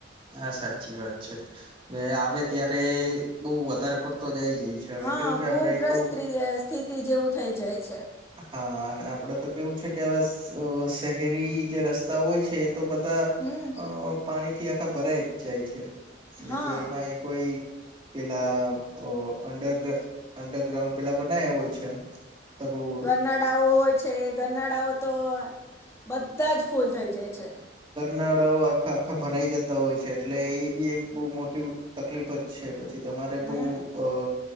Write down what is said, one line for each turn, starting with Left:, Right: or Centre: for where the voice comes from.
Right: હા સાચી વાત છે હવે આવે
Left: કે
Right: ત્યારે બઉ વધારે પડતો જ આવી જાય છે હવે
Left: હા
Right: કેવું છે
Left: પૂરગ્રસ્ત
Right: આપડે તો
Left: સ્થિતિ જેવું થઇ જાય છે.
Right: હા અને આપડે તો કેવું છે કે આવે શહેરી જે રસ્તા હોય છે તો બધા
Left: હમ
Right: અ પાણીથી આખા ભરાઈ જ જાય છે. અને
Left: હા
Right: જો એમાંય કોઈ પેલા અંડર અંડરગ્રાઉન્ડ પેલા બનાયા હોય છે રોડ
Left: ગરનાડાઓ હોય છે ગરનાડાાઓ તો બધા જ ફૂલ થઈ જાય છે.
Right: નાળાઓ આખા આખા ભરાઈ જતા હોય છે એટલે એ બી એક બહુ મોટી તકલીફ જ છે. પછી તમારે
Left: હમ
Right: બઉ અ